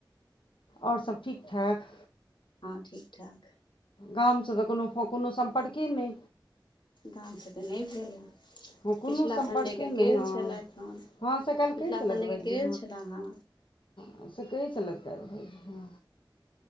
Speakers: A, on the left; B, on the left.
A: और सभ ठीक ठाक।
B: हँ ठीक ठाक
A: गाम सँ तऽ कोनो फोन कोनो संपर्के नै।
B: गाम सँ तऽ नहि भेल हेँ,
A: हँ कोनो
B: पिछिला
A: सम्पर्के
B: संडे के
A: नहि
B: गेल
A: हँ
B: छलथि हें।
A: हँ से काल्हि
B: पिछला
A: कहै छलथि
B: संडे
A: भाइजी
B: के गेल छलाहें।
A: हँ से कहै छलथि काल्हि खन।